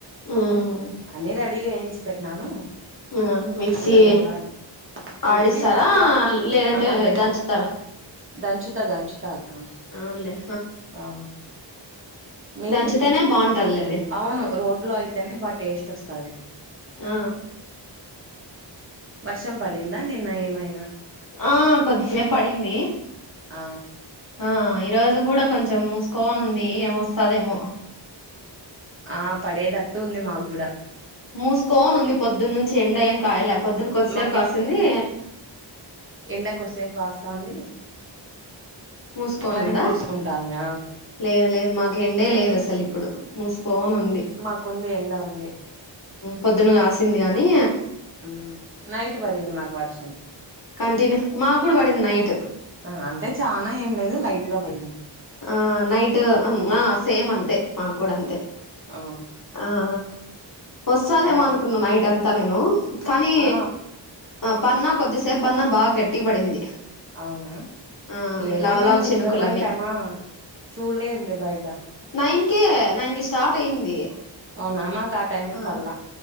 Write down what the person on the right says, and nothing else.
అన్నీ రెడీగా వేయించి పెట్టినాను
ఇంకా నూరాలు
మిక్సీ తక్కువ
ఆహా లేదు
దంచుతా దంచుతా అక్క
ఆ మీరు
అవును రోట్లో అయితేనే బా టేస్ట్ వస్తది
వర్షం పడిందా నిన్న ఏమైనా
ఆ
ఆ పడేదట్టు ఉంది మాకు గూడా
మాకైతే
ఎండ కోసేపు కాస్తాంది
మరి
మూసుకుంటాంది
మాకుంది ఎండ ఉంది
ఉమ్ నైట్ పడింది మాకు వర్షం
ఆ అంటే చానా ఏం లేదు లైట్ గా పడింది
ఆ
బయట
ఆ
అవునా
ఏమో
మేము
నిద్రపోయింటామా
చూళ్ళేదులే బయట
అవునా మాకు టైం కి
పల్లా